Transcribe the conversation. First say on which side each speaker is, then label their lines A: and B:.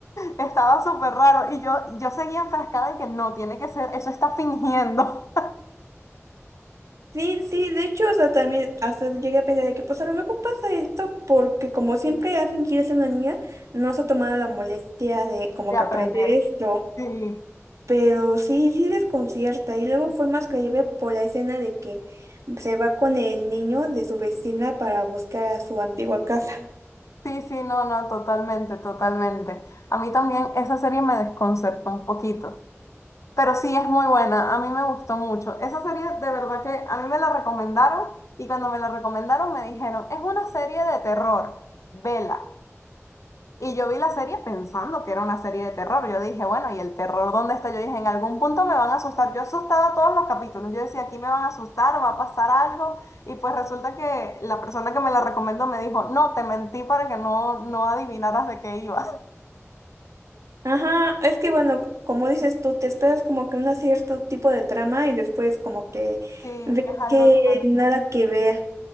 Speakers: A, on the left (about 75°); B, on the right (about 80°).
A: estaba súper raro y yo, yo seguía enfrascada en que no, tiene que ser, eso está fingiendo
B: Sí, sí, de hecho, o sea, también hasta llegué a pensar de que pues a lo mejor pasa esto porque como siempre ha fingido ser una niña, no se ha tomado la molestia de
A: <laughs>
B: como
A: de
B: que
A: aprender.
B: aprender esto.
A: Sí,
B: Pero sí, sí desconcierta. Y luego fue más creíble por la escena de que se va con el niño de su vecina para buscar a su antigua casa.
A: sí, sí, no, no, totalmente, totalmente. A mí también esa serie me desconcertó un poquito. Pero sí, es muy buena, a mí me gustó mucho. Esa serie de verdad que a mí me la recomendaron y cuando me la recomendaron me dijeron, es una serie de terror, vela. Y yo vi la serie pensando que era una serie de terror. Yo dije, bueno, ¿y el terror dónde está? Yo dije, en algún punto me van a asustar. Yo asustaba todos los capítulos. Yo decía, aquí me van a asustar, va a pasar algo. Y pues resulta que la persona que me la recomendó me dijo, no, te mentí para que no, no adivinaras de qué iba. <laughs>
B: Ajá, es que bueno, como dices tú, te esperas como que un cierto tipo de trama y después como que
A: Sí,
B: ves
A: es algo
B: que
A: totalmente.
B: nada que ver.